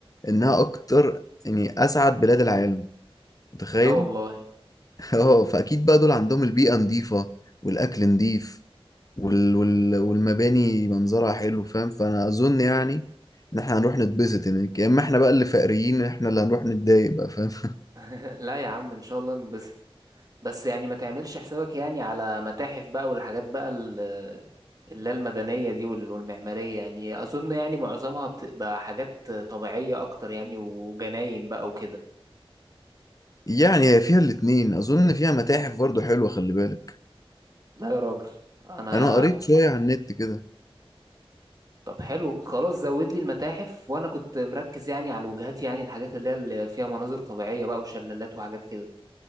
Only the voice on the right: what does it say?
لا والله
<laughs> لا يا عم ان شاء الله ننبسط بس يعني ما تعملش حسابك يعني على متاحف بقى والحاجات بقى ال- اللي هي المدنية دي وال- والمعمارية يعني أظن يعني معظمها بتبقى حاجات طبيعية أكتر يعني وجناين بقى وكده
لا يا راجل أنا
طب حلو خلاص زود لي المتاحف وأنا كنت مركز يعني على الوجهات يعني الحاجات اللي هي اللي فيها مناظر طبيعية بقى وشلالات وحاجات كده